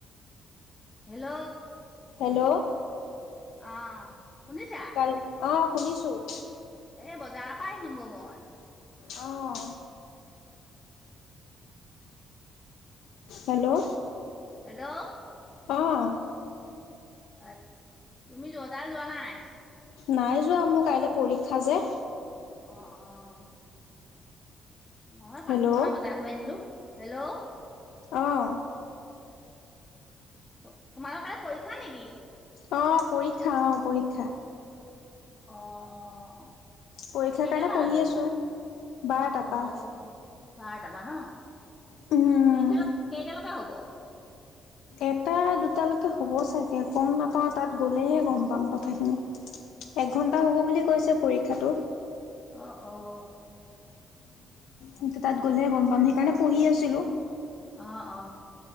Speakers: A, on the left; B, on the left.
A: হেল্ল'।
B: হেল্ল'।
A: অ', শুনিছা।
B: কাল অ', শুনিছোঁ।
A: এই বজাৰৰ পৰা আহিলোং গৈ' মই
B: অহ। হেল্ল'।
A: হেল্ল'।
B: অ'।
A: অ', তুমি জজাল যোৱা নাই।
B: নাই যোৱা মোৰ কাইলৈ পৰীক্ষা যে
A: অ', অ'। নহয়
B: হেল্ল'
A: পাখলি ত বজাৰ আনিলো হেল্ল'।
B: অহ।
A: তোমাৰ কা পৰীক্ষা নেকি?
B: অ', পৰীক্ষা অ', পৰীক্ষা।
A: অ'।
B: পৰীক্ষাৰ
A: কেইতাৰ
B: কাৰণে
A: পৰা
B: পঢ়ি
A: আছে যায়,
B: আছো বাৰটাৰ
A: অহ।
B: পৰা
A: বাৰটাপা ন
B: উম,
A: কেইটালৈ কেইটালৈকে হ'ব।
B: এটা দুটালৈকে হ'ব চাগে গম নাপাওঁ তাত গ'লেহে গম পাম কথাখিনি এঘন্টা হ'ব বুলি কৈছে পৰীক্ষাটো
A: অ', অ'।
B: এয়া তাত গ'লেহে গম পাম সেইকাৰণে পঢ়ি আছিলোঁ।
A: অ', অ'।